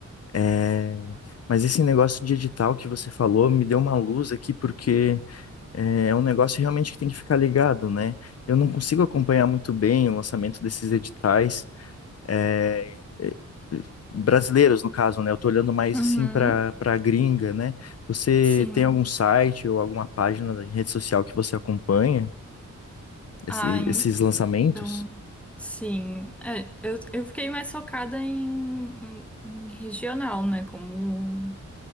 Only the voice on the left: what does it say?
É, mas esse negócio de edital que você falou me deu uma luz aqui, porque é, é um negócio realmente que tem que ficar ligado, né? Eu não consigo acompanhar muito bem o lançamento desses editais, é, é, é, brasileiros, no caso, né? Eu tô olhando mais
assim para para gringa, né? Você
tem algum site ou alguma página de rede social que você acompanha esse-
esses lançamentos?